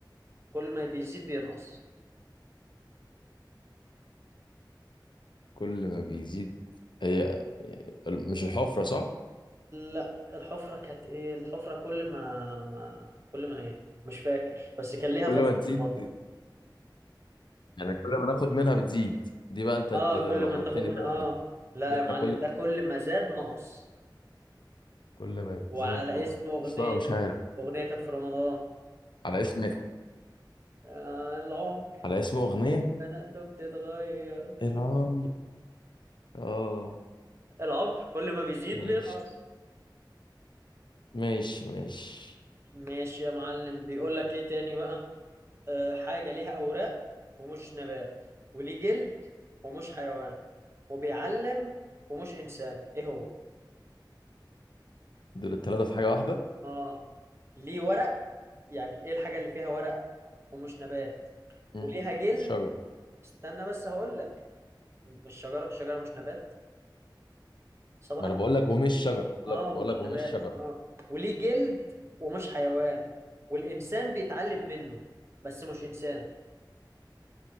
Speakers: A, on the right; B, on the left.
A: كل ما بيزيد بينقص
B: كل ما بيزيد هي هي- مش الحفرة صح؟
A: لا الحفرة كانت ايه الحفرة كل ما ما كل ما ايه مش فاكر بس كان ليها
B: كل
A: فزورة
B: ما تزيد
A: برضه
B: يعني كل ما ناخد منها بتزيد دي بقى انت
A: اه
B: انت لخبطتني
A: كل ما تاخد منها
B: بقى
A: اه
B: دي
A: لا
B: دي احنا
A: يا معلم
B: كل
A: ده كل ما زاد نقص
B: كل ما
A: وعلى
B: زاد نقص
A: اسم اغنيه
B: لا مش عارف
A: اغنيه كانت في رمضان
B: على اسم
A: آه العمر
B: على اسم اغنيه
A: انا انه بتتغير
B: العمر اه
A: العمر كل ما بيزيد
B: ماشي
A: بينقص
B: ماشي ماشي
A: ماشي يا معلم بيقول لك ايه تاني بقى آه حاجه ليها اوراق ومش نبات وليه جلد ومش حيوان وبيعلم ومش انسان ايه هو
B: دول التلاته في حاجه واحده
A: اه ليه ورق يعني ايه الحاجه اللي فيها ورق ومش نبات
B: مم.
A: وليها جلد
B: شجر
A: استنى بس هقول لك مش شجره الشجره مش نبات صباح
B: ما
A: الفل
B: انا بقول لك ومش شجر بقول
A: اه
B: لك
A: ومش
B: بقول لك ومش
A: نبات
B: شجر
A: اه وليه جلد ومش حيوان والانسان بيتعلم منه بس مش انسان